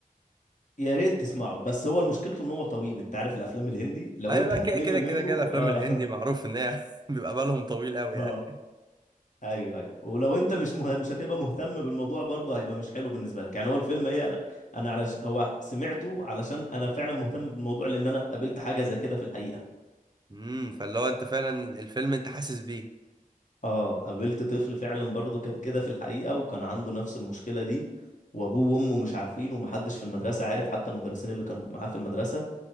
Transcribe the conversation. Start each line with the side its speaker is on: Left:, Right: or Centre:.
Left: يا ريت تسمعه بس هو مشكلته ان هو طويل انت عارف الافلام الهندي لو
Right: ايوه
Left: انت
Right: لا
Left: هتمل
Right: كده كده كده
Left: منه
Right: كده الافلام
Left: اه,
Right: الهندي معروف
Left: <laughs>
Right: ان هي <laughs> بيبقى بالهم طويل قوي
Left: آه.
Right: يعني
Left: ايوه ايوه ولو انت مش مه... مش هتبقى مهتم بالموضوع برضه هيبقى مش حلو بالنسبه لك يعني هو الفيلم ايه انا انا على هو سمعته علشان انا فعلا مهتم بالموضوع لان انا قابلت حاجه زي كده في الحقيقه
Right: امم فاللي هو انت فعلا الفيلم انت حاسس بيه
Left: اه قابلت طفل فعلا برضه كان كده في الحقيقه وكان عنده نفس المشكله دي وابوه وامه مش عارفين ومحدش في المدرسه عارف حتى المدرسين اللي كانوا معاه في المدرسه